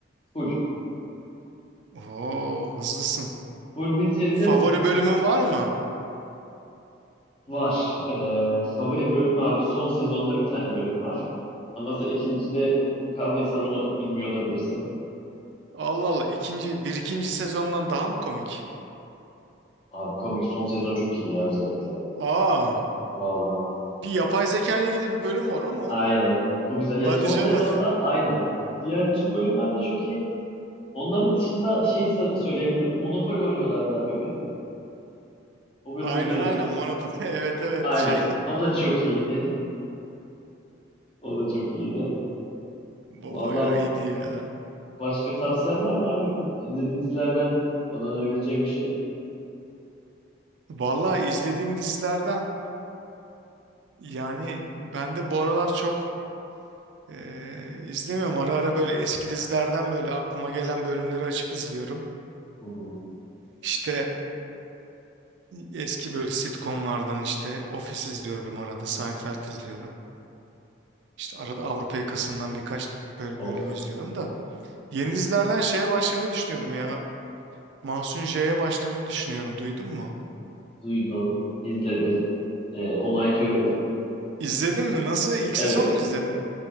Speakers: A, on the left; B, on the right.
A: Full.
B: Oo hızlısın.
A: Full bitirdim.
B: Favori bölümün var mı?
A: Var. Ee, favori bölüm mü abi? Son sezonda bir tane bölüm var. Ama sen ikinci de kaldıysan onu bilmiyor olabilirsin.
B: Allah Allah ikinci bir ikinci sezondan daha mı komik?
A: Abi komik son sezon çok iyi ya özellikle.
B: Aa
A: Valla.
B: bir yapay zeka ile ilgili bir bölüm var o mu?
A: Aynen. O güzel. Ya
B: Hadi
A: son
B: canım.
A: sezonda aynen. Diğer tüm bölümler de çok iyi. Onların dışında şeyi sa- söyleyebilirim. Monopoly oynuyorlardı abi bir.
B: <laughs>
A: O bölüm
B: Aynen
A: biliyor musun?
B: aynen Monopoly. <laughs> Evet evet
A: Aynen.
B: şey.
A: O da çok iyiydi. <laughs> O da çok iyiydi.
B: <laughs> Bu
A: Vallahi
B: bayağı iyiydi ya.
A: başka tavsiyen var mı abi? İzlediğin dizilerden bana önerebileceğin bir şey?
B: Vallahi izlediğim dizilerden Yani ben de bu aralar çok eee izlemiyorum. Ara ara böyle eski dizilerden böyle aklıma gelen bölümleri açıp izliyorum.
A: Hı hı.
B: İşte eski böyle sitcomlardan işte Office izliyorum arada, Seinfeld izliyorum. İşte arada Avrupa Yakası'ndan birkaç böyle
A: Of.
B: bölümü izliyorum da. Yeni dizilerden şeye başlamayı düşünüyorum ya. Mahsun J'ye başlamayı düşünüyorum. Duydun mu?
A: Duydum. İzledim. Ee, onaylıyorum.
B: İzledin mi? Nasıl? İlk
A: Evet.
B: sezon mu izledin?